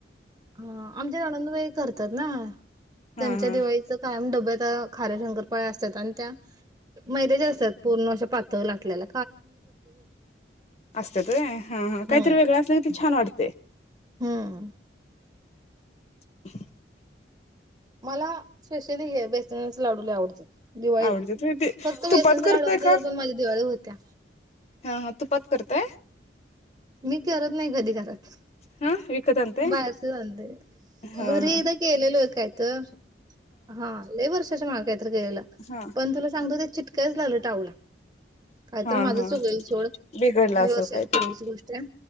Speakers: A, on the right; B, on the left.
A: हा आमच्या ननंदबाई करतात ना
B: हा
A: त्यांच्या
B: हा
A: दिवाळीच कायम डब्यात अ खार्याशंकर पाळ्या असतात आणि त्या मैत्याच्या असतात पूर्ण अश्या पातळ लाटलेल्यात
B: असतात व्हय हा हा काहीतरी
A: हम्म
B: वेगळं असल कि ते छान वाटत ते.
A: हम्म.
B: <unintelligible>
A: मला स्पेशली हे बेसनाचे लाडूला लय आवडत्यात दिवाळी
B: आवडते तुम्ही ते
A: फक्त बेसनचे
B: तुपात करताय
A: लाडू असले
B: का
A: तर पण माझ्या दिवाळी होत्या.
B: हा हा तुपात. करताय
A: मी करत नाही कधी करत
B: हा विकत आणताय
A: बाहेरच आणतोय,
B: हा
A: घरी
B: हा
A: एकदा केलेलो काय तर हा लय वर्षा कशाला मागतेत. तसंच गलेलं
B: हा
A: पण तुला सांगतो, ते चिटकायच लागलं टाऊला कायत
B: हा
A: माझ
B: हा
A: चुकल सोड लय
B: बिघडला असेल
A: वर्षापूर्वीची
B: काय
A: पूर्वीची
B: तर
A: गोष्ट आहे